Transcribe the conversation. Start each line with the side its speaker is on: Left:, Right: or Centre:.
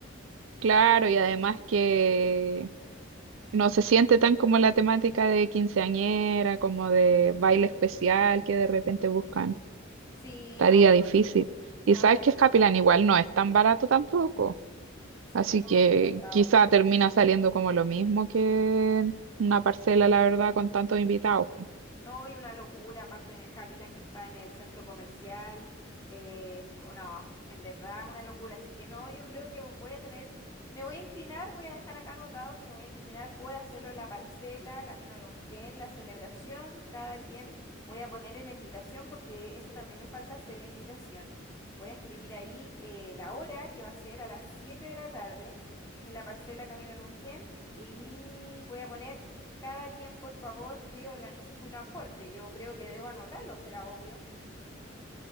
Right: claro, y además que no se siente tan como la temática de quinceañera, como de baile especial que de repente buscan.
Left: Sí,
Right: Estaría
Left: no, no,
Right: difícil. Y
Left: no,
Right: sabes
Left: está
Right: que
Left: difícil.
Right: Escapilán igual no es tan barato tampoco.
Left: Sí,
Right: Así
Left: no,
Right: que
Left: descartado.
Right: quizá termina saliendo como lo mismo que una parcela, la verdad, con tantos invitados.
Left: No, y una locura, aparte en el Happyland que está en el centro comercial. eh, co- no, en verdad, una locura. Así que no, yo creo que voy a tener, me voy a inclinar, voy a dejar acá anotado que me voy a inclinar por hacerlo en la parcela, camino a Lonquén, la celebración, cada quien voy a poner en la invitación, porque eso también me falta hacer la invitación. Voy a escribir ahí eh, la hora, que va a ser a las 7 de la tarde, en la parcela, camino a Lonquén, y voy a poner. Cada quien, por favor, que organice su transporte. Yo creo que debo anotarlo, será obvio.